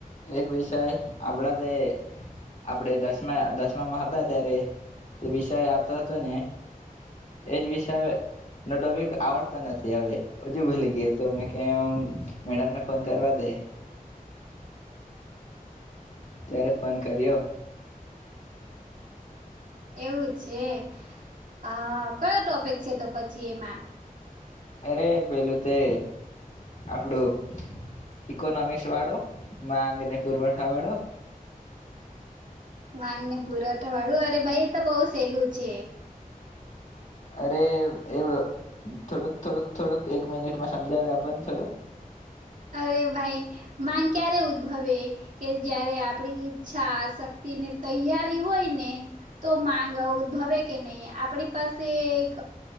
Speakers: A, on the left (about 55°); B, on the right (about 60°).
A: એક વિષય આપડા તે આપણે દસમા દસમામાં હતા ત્યારે તે વિષય આવતો હતો ને એજ વિષય નો ટોપિક આવડતો નથી હવે હજુ ભૂલી ગયા તો મે ક્યા મેડમને ફોન કરવા દે. ત્યારે ફોન કર્યો.
B: એવું જ છે. હા કયો ટોપિક છે તો પછી એમાં
A: અરે પેલું તે આપડું ઈકોનોમિક્સ વાળો માંગને પુરવઠા વાળો
B: વાંગને પુરવઠા વાળું અરે ભાઈ એ તો બહ સહેલું છે.
A: અરે એ થોડુંક થોડુંક થોડુંક એક મિનિટમાં સમજાવે આપણને થોડુંક.
B: અરે ભાઈ માંગ ક્યારે ઉદ્ભવે કે જયારે આપડી ઈચ્છા શક્તિ ને તૈયારી હોય ને તો માંગ ઉદ્ભવે કે નહી આપણી પાસે એક